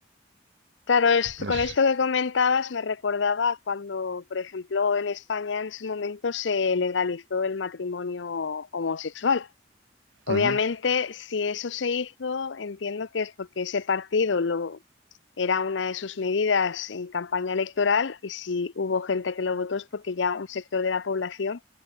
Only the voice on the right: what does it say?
No sé.
Ujú,